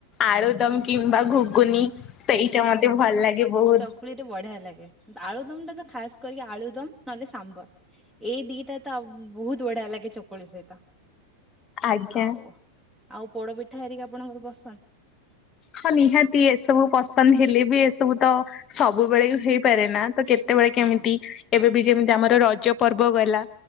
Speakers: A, on the left (about 30°); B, in the centre.
A: ଆଳୁ ଦମ କିମ୍ବା ଘୁଗୁନି। ସେଇଟା
B: ହଁ
A: ମତେ
B: ହଁ
A: ଭଲ ଲାଗେ ବହୁତ
B: ଚକୁଳି ଟା ବଢିଆ ଲାଗେ ଆଳୁଦମ ଟା ତ ଖାସ କରିକି ଆଳୁ ଦମ ନହେଲେ ସାମ୍ବର ଏଇ ଦିଟା ତ ବହୁତ ବଢିଆ ଲାଗେ ଚକୁଳି ସହିତ।
A: ଆଜ୍ଞା।
B: ଆଉ ଆଉ ପୋଡ ପିଠା ହେରିକି ଆପଣଙ୍କର ପସନ୍ଦ।
A: ହଁ ନିହାତି ଏସବୁ ପସନ୍ଦ ହେଲେ ବି ଏସବୁ ତ ସବୁବେଳେ ହେଇପାରେ ନା। ତ କେତେବେଳେ କେମିତି
B: ହଁ
A: ଏବେ ବି ଯେମିତି ଆମର ରଜ ପର୍ବ ଗଲା।